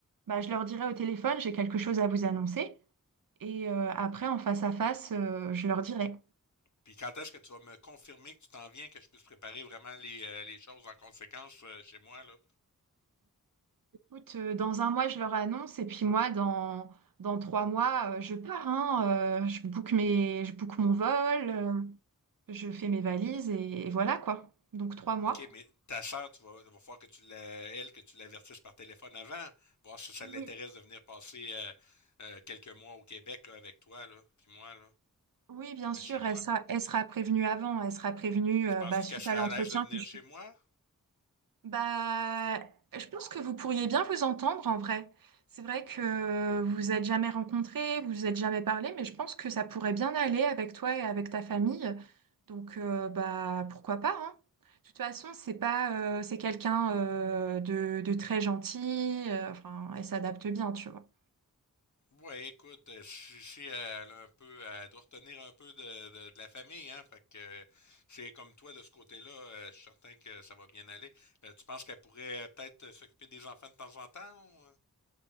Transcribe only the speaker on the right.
bah, je leur dirai au téléphone, j'ai quelque chose à vous annoncer. Et euh, après, en face à face, euh, je leur dirai.
Écoute, euh, dans un mois, je leur annonce, et puis moi, dans, dans trois mois, euh, je pars, hein, euh, je book mes, je book mon vol, euh, je fais mes valises, et, et voilà quoi. Donc trois mois.
Oui.
Oui, bien
sûr,
elle sera, elle sera prévenue avant, elle sera prévenue
euh,
bah, suite
à l'entretien
que je
Bah, je pense que vous pourriez bien vous entendre en vrai. C'est vrai que vous vous êtes jamais rencontrés, vous vous êtes jamais parlé, mais je pense que ça pourrait bien aller avec toi et avec ta famille. Donc, euh, bah, pourquoi pas, hein. De toute façon, c'est pas, euh, c'est quelqu'un euh, de, de très gentil, euh, enfin, elle s'adapte bien, tu vois.